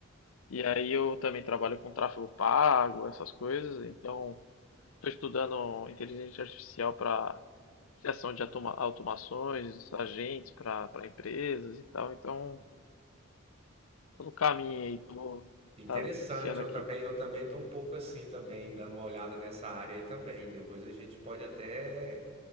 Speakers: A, on the left; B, on the right.
A: E aí eu também trabalho com tráfego pago, essas coisas. Então... Estou estudando inteligência artificial para criação de automa- automações, agentes para para empresas e tal. Então, estou no caminho aí. Tô,
B: Interessante,
A: tá, tá- esse ano
B: eu
A: aqui
B: também,
A: vai.
B: eu também tô um pouco assim também, dando uma olhada nessa área aí também. Depois a gente pode até